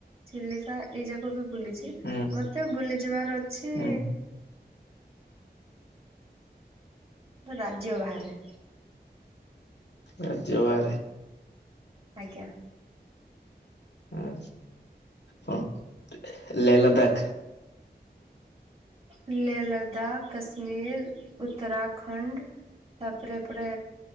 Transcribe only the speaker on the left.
ହୁଁ
ହୁଁ
ରାଜ୍ୟ ବାହାରେ?
ହଁ ହଁ ଲେଲ ଦାଖ